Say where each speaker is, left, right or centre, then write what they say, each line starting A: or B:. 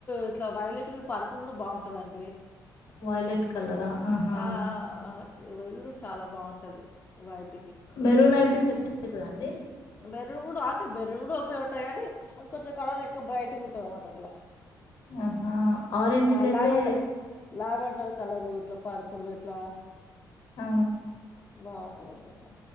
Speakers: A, on the left (about 25°); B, on the left (about 75°).
A: ఇట్లా వైలెట్ పరుపులు కూడా బాగుంటదండి
B: వైలెట్ కలరా ఆహా
A: ఆ ఆ ఆగుడు చాలా బాగుంటది వైట్
B: మెరున్ అయితే సెట్ అవుతద అండి
A: మెరూన్ కూడా అంటే మెరూన్ కూడా కూడా ఒకే ఉంటాయి కానీ కొంచం కలర్ ఇంకా బ్రైట్ గా ఉంటంది అన్నమాట అట్లా
B: ఆహా ఆరెంజ్
A: ఆ!
B: కయితే
A: లావెండర్ లావెండర్ కలరు ఇట్లా పర్పుల్ ఇట్లా
B: ఆ
A: బాగుంటుందండి అట్లా